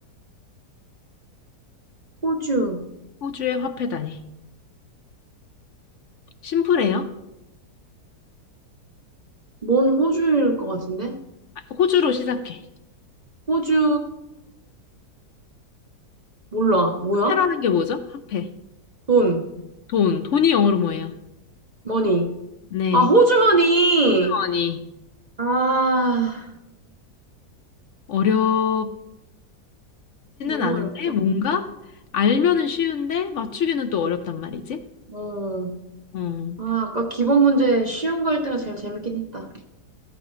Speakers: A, on the right (about 40°); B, on the left (about 60°).
A: 호주.
B: 호주의 화폐 단위. 심플해요.
A: 뭔 호주일 것 같은데?
B: 아, 호주로 시작해.
A: 호주. 몰라. 뭐야?
B: 화폐라는 게 뭐죠? 화폐.
A: 돈.
B: 돈, 돈이 영어로 뭐예요?
A: 머니.
B: 네.
A: 아, 호주머니!
B: 호주머니.
A: 아,
B: 어렵지는
A: 너무
B: 않은데,
A: 어렵다.
B: 뭔가 알면은 쉬운데, 맞추기는 또 어렵단 말이지.
A: 어.
B: 어.
A: 아, 아까 기본 문제 쉬운 거 할 때가 제일 재밌긴 했다.